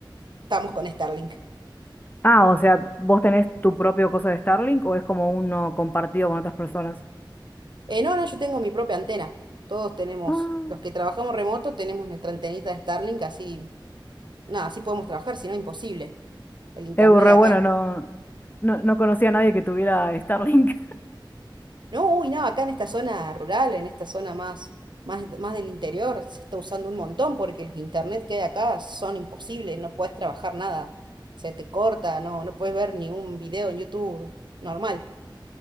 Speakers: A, on the right; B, on the left.
A: estamos con Starlink.
B: Ah, o sea, ¿vos tenés tu propio cosa de Starlink o es como uno compartido con otras personas?
A: Eh, no, no, yo tengo mi propia antena. Todos tenemos,
B: Ah,
A: los que trabajamos remoto tenemos nuestra antenita de Starlink, así, nada, así podemos trabajar, si no, imposible. El internet
B: eh, re
A: de acá
B: bueno,
A: es
B: no, no, no conocía a nadie que tuviera Starlink.
A: No, uy, no, acá en esta zona rural, en esta zona más, más, más del interior, se está usando un montón porque los internet que hay acá son imposibles, no puedes trabajar nada, se te corta, no, no puedes ver ni un video en YouTube normal.